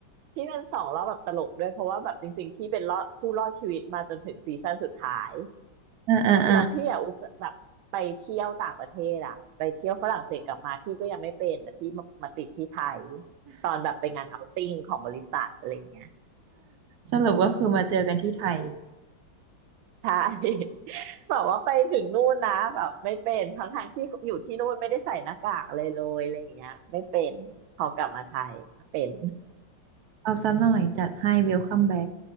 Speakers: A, on the right; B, on the right.
A: พี่เป็นสองรอบแบบตลกด้วยเพราะว่าแบบจริงๆพี่เป็นรอดผู้รอดชีวิตมาจนถึงซีซั่นสุดท้าย
B: เออเออเออ
A: แล้วพี่อะอุตส่าห์แบบไปเที่ยวต่างประเทศอะไปเที่ยวฝรั่งเศสกลับมาพี่ก็ยังไม่เป็นแต่พี่มามาติดที่ไทยตอนแบบไปงานเอาติ้งของบริษัทอะไรอย่างเงี้ย
B: สรุปก็คือมาเจอกันที่ไทย
A: ใช่ <laughs> แบบว่าไปถึงนู่นนะแบบไม่เป็นทั้งทางที่อยู่ที่นู่นไม่ได้ใส่หน้ากากอะไรเลยอะไรอย่างเงี้ยไม่เป็นพอกลับมาไทยเป็น
B: เอาซะหน่อยจัดให้เวลคัมแบ็ก